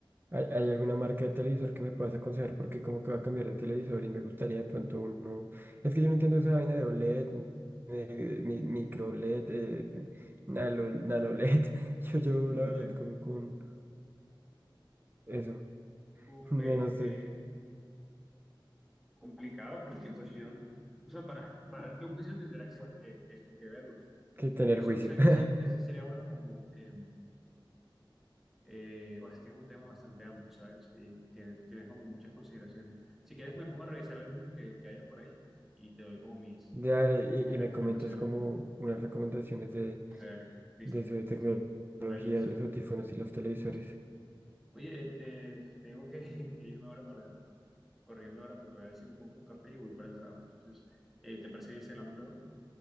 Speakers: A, on the right; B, in the centre.
A: hay, hay alguna marca de televisor que me puedas aconsejar porque como que va a cambiar de televisor y me gustaría de pronto uno... Es que yo no entiendo esa vaina de OLED, eh, mi- micro LED, eh, nano, nano LED. <laughs> Yo, yo
B: No,
A: la
B: no
A: verdad
B: le...
A: como con eso. <laughs>
B: Uf,
A: No,
B: este,
A: no sé
B: complicado porque pues yo, o sea, para, para darte un juicio tendrá que, que, que- que verlos.
A: qué tener
B: Eh, solo
A: juicio.
B: sé
A: <laughs>
B: que sí, que sí sería bueno como... em, Eh, o es que es un tema bastante amplio, ¿sabes? Y tiene- tienes como muchas consideraciones. Si quieres, me pongo a revisar algunos que, que haya por ahí y te doy como mis,
A: Dale, y,
B: mis
A: y
B: recomendaciones.
A: me comentas como unas recomendaciones de,
B: Dale, dale, listo.
A: de eso de tecnología,
B: Dale, listo.
A: de los audífonos y los televisores.
B: Sí. Oye, eh, te- tengo que, <laughs> que irme ahora para, corriendo ahora porque voy a ver si me compro un café y voy para el trabajo. Entonces, eh, ¿te parece bien si hablamos luego?